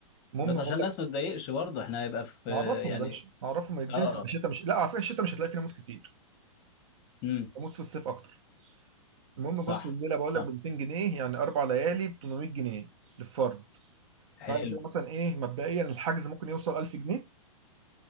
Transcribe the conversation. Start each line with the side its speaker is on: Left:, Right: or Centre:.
Right: المهم
Left: بس عشان
Right: بقول
Left: الناس
Right: لك
Left: ما تضايقش برضه احنا هيبقى في
Right: نعرفهم
Left: آه، يعني
Right: يا باشا نعرفهم الدنيا
Left: اه
Right: تبقى الشتاء مش لا على فكره الشتاء مش هتلاقي فيه ناموس كتير
Left: امم
Right: ناموس في الصيف اكتر المهم
Left: صح
Right: بص الليله بقول لك
Left: صح
Right: ب 200 جنيه يعني اربع ليالي ب 800 جنيه للفرد
Left: حلو
Right: فعلا كده مثلا ايه مبدئيا الحجز ممكن يوصل 1000 جنيه